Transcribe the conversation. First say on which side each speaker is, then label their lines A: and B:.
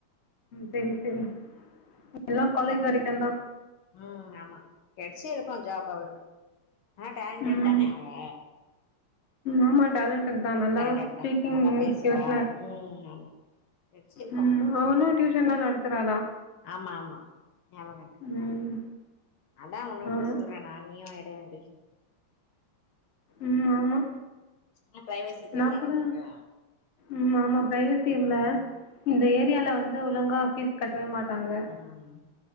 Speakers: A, on the left; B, on the left.
A: சேரி சேரி எல்லா காலேஜ்
B: இல்ல
A: வரைக்கும் தா
B: ம் ஆமா கெடச்சி இருக்கும் ஜாப் அவளுக்கு ஏனா டேலண்ட்டட்
A: ம்.
B: தானே அவெ
A: ஆமா டேலண்டட் தா நல்லா
B: டேலண்டட்
A: ஸ்பீக்கிங்
B: தா நல்லா பேசுவா
A: ஸ்கில்ஸ் ல்லாம் இ
B: ம் ஆமா கெடச்சிருக்கு
A: ம் அவளும் டியூஷன்லாம் நடத்துறாளா
B: ஆமா ஆமா ஞாபகம் இருக்கு
A: ம்.
B: அதான் உன்னுட்ட
A: ஆமா.
B: சொல்றேன் நா நீயும் எடுன்னு
A: ம் ஆமா
B: ஆனா பிரைவசி இல்லல்ல
A: நான் கூட
B: உனக்கு
A: ம் ஆமா ப்ரைவேசி
B: ம்
A: இல்ல இந்த ஏரியால வந்து ஒழுங்கா ஃபீஸ் கட்டவே மாட்டாங்க
B: ம்